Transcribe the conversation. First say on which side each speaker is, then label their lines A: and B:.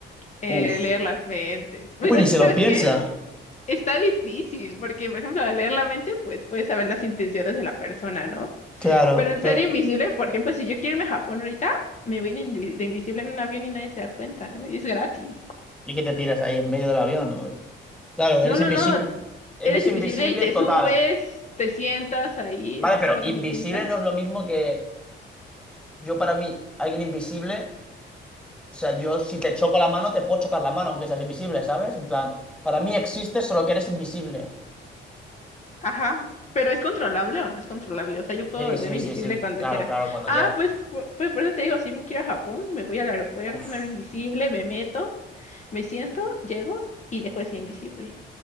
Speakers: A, on the left (about 35°); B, in the centre.
A: Eh,
B: Uf.
A: leer las mentes.
B: Uy,
A: Bueno,
B: ni
A: es
B: se
A: que ¿sabes
B: lo piensa.
A: qué? Está difícil, porque, por ejemplo, al leer la mente, pues puedes saber las intenciones de la persona, ¿no?
B: Claro,
A: Pero en
B: pero...
A: ser invisible, por ejemplo, si yo quiero irme a Japón ahorita, me voy de, invi- de invisible en un avión y nadie se da cuenta, ¿no? Y es gratis.
B: ¿Y qué te tiras ahí en medio del avión? Claro, eres
A: No, no,
B: invisible.
A: no,
B: Eres
A: eres invisible
B: invisible
A: y te
B: total.
A: subes, te sientas ahí, esperas
B: Vale, pero invisible
A: un ratito.
B: no es lo mismo que yo para mí, alguien invisible. O sea, yo si te choco la mano, te puedo chocar la mano, aunque seas invisible, ¿sabes? En plan, para mí existe solo que eres invisible.
A: Ajá, pero ¿es controlable o no es controlable? O sea, yo puedo
B: Sí,
A: volverme
B: sí,
A: invisible
B: sí, sí.
A: cuando
B: Claro,
A: quiera.
B: claro, cuando
A: Ah,
B: quieras.
A: pues, pu- pues por eso te digo, si me quiero a Japón, me voy al aeropuerto,
B: Uf.
A: me hago invisible, me meto, me siento, llego y dejo de ser invisible.